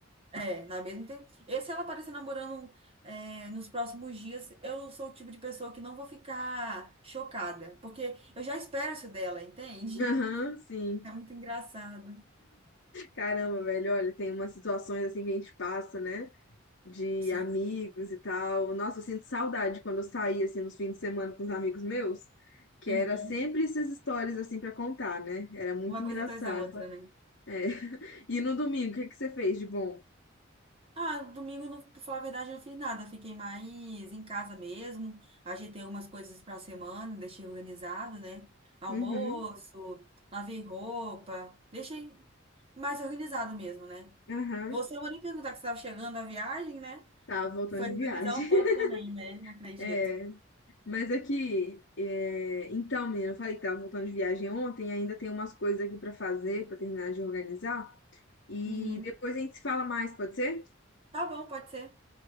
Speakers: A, on the right; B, on the left.
A: É, na mesma tempo. E se ela aparecer namorando é, nos próximos dias, eu sou o tipo de pessoa que não vou ficar chocada. Porque eu já espero isso dela, entende?
B: Aham,
A: <laughs>
B: sim.
A: É muito engraçado.
B: Caramba, velho, olha, tem umas situações assim que a gente passa, né? de
A: Sim.
B: amigos e tal. Nossa, eu sinto saudade quando eu saía assim nos fins de semana com os amigos meus, que
A: Uhum.
B: era sempre essas histórias assim pra contar, né? Era muito
A: Uma
B: engraçado.
A: coisa atrás da outra, né?
B: É. <laughs> E no domingo, o que é que você fez de bom?
A: Ah, domingo, não, pra falar a verdade, eu não fiz nada. Fiquei mais em casa mesmo. Ajeitei algumas coisas pra semana, deixei organizado, né? Almoço,
B: Uhum,
A: lavei roupa, deixei mais organizado mesmo, né?
B: aham.
A: Você, eu vou nem perguntar que você estava chegando da viagem, né?
B: Tava voltando
A: Foi
B: de
A: organizar
B: viagem.
A: um pouco
B: <laughs>
A: também, né? Acredito.
B: É, mas aqui, é, então, menina, eu falei que tava voltando de viagem ontem, e ainda tem umas coisas aqui pra fazer, pra terminar de organizar. E
A: Uhum.
B: depois a gente se fala mais, pode ser?
A: Tá bom, pode ser.